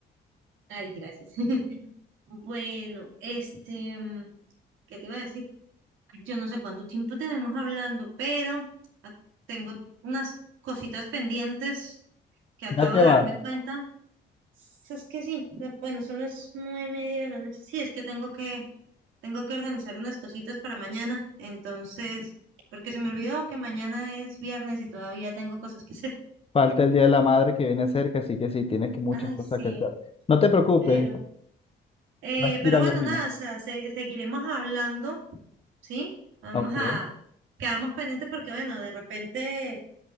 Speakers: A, on the right; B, on the left.
A: Ay, gracias. <laughs> Bueno, este, mm, ¿qué te iba a decir? Yo no sé cuánto tiempo tenemos hablando, pero ah, tengo unas cositas pendientes que acabo
B: Ya te
A: de
B: vas.
A: darme cuenta. S- Es que sí, de- bueno, son las nueve y media de la noche. Sí, es que tengo que, tengo que organizar unas cositas para mañana. Entonces, porque se me olvidó que mañana es viernes y todavía tengo cosas que hacer. <laughs>
B: Falta el Día de la Madre que viene cerca, así que sí, tienes que muchas
A: Ay,
B: cosas
A: sí,
B: que hacer. No te preocupes,
A: pero, eh,
B: tranquila,
A: pero bueno,
B: Dios mío.
A: nada, o sea, se- seguiremos hablando ¿sí? Vamos
B: Ok.
A: a, quedamos pendientes porque, bueno, de repente